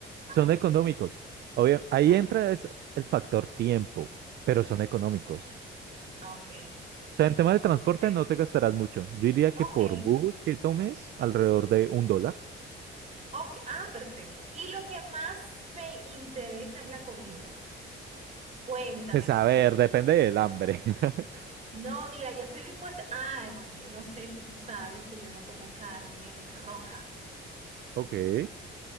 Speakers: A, on the right (about 35°); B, on the right (about 60°).
A: Ah,
B: son económicos. Obvio, ahí
A: ah,
B: entra es el factor tiempo, pero son económicos.
A: ok, Ok,
B: O sea, en tema de transporte
A: perfecto.
B: no te gastarás mucho. Yo diría
A: Ok,
B: que por bus que tomes, alrededor de un dólar.
A: ok, ah, perfecto. Y lo que más me interesa es la comida. Cuéntame
B: Pues
A: que...
B: a ver, depende del hambre. <laughs>
A: No, mira, yo estoy dispuesta. Ah, bueno, yo no sé si tú sabes que yo no como carne roja,
B: Ok.